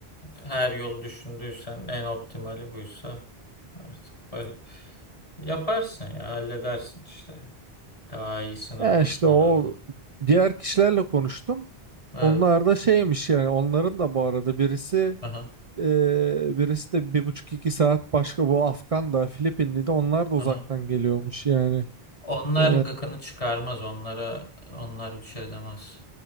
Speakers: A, on the left; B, on the right.
A: her yol düşündüysen en optimali buysa artık baş- yaparsın ya halledersin işte. Daha iyisini
B: Ya
A: bulursun
B: işte o
A: herhalde.
B: diğer kişilerle konuştum.
A: Evet.
B: Onlar da şeymiş yani onların da bu arada birisi
A: Aha,
B: e, birisi de bir buçuk iki saat başka bu Afgan da Filipinli de onlar da
A: aha.
B: uzaktan geliyormuş yani.
A: Onlar
B: E,
A: gıkını çıkarmaz. Onlara onlar bir şey demez.